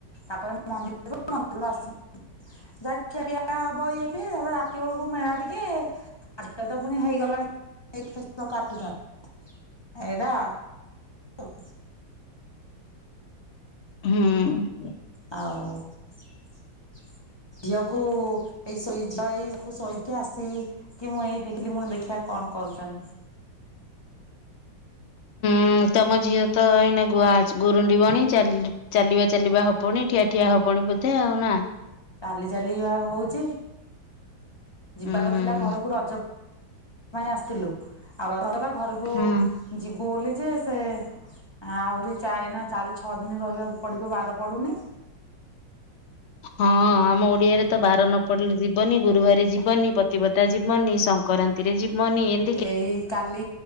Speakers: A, on the left; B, on the left.
A: ତା ପରେ ଆମେ ମନ୍ଦିର ଯିବୁ ମନ୍ଦିର ରୁ ଆସି। ଯାହା ଖିଆ ପିଆ ହବ ଇଏ ଫିଏ ତାପରେ ରାତି ବେଳକୁ ମେଳା। ଟିକେ ଆଜିକାଲି ତ ପୁଣି ହେଇ ଗଲାଣି କେକ୍ ଫେକ୍ ସବୁ କାଟୁଛନ୍ତି। ଏଇଦା। ହ
B: ହୁଁ।
A: ଆଉ। ଝିଅକୁ ଏଇ ଶୋଇ ଝିଅ ଏଇ ତାକୁ ଶୋଇକି ଆସି। କି ମୁଁ ଏଇ ଦେଖିଲି ମୁଁ କଇଲି ଦେଖିବା କଣ କରୁଛନ୍ତି।
B: ହଁ ତମ ଝିଅ ତ ଏଇନା ଗୁଆ ଗୁରୁଣ୍ଡି ବଣୀ ଚାଲି। ଚାଲିବା ଚାଲିବା ହବଣି ଠିଆ ଠିଆ ହବଣି ବୋଧେ ଆଉ ନା।
A: ଚାଲି ଚାଲିବା ହଉଛି ଯିବାର
B: ହୁଁ ହୁଁ
A: ଥିଲା ଘରକୁ ରଜ। ପାଇଁ ଆସିଥିଲୁ ଆଉ ରଜ ସରିଲା ଘରକୁ
B: ହୁଁ
A: ଯିବୁ ବୋଲି ଯେ ସେ। ଆହୁରି ଚା ଏଇନା ଚାରି ଛଅ ଦିନ ରହିବାକୁ ପଡିବ ବାର ପଡୁନି।
B: ହଁ ଆମ ଓଡିଆ ରେ ତ ବାର ନ ପଡିଲେ ଯିବନି ଗୁରୁବାର ଯିବନି ପତିିବତା ଯିବନି ସଂ। କରାନ୍ତି ରେ ଯିବନି ଏମ
A: ଏଇ କାଲି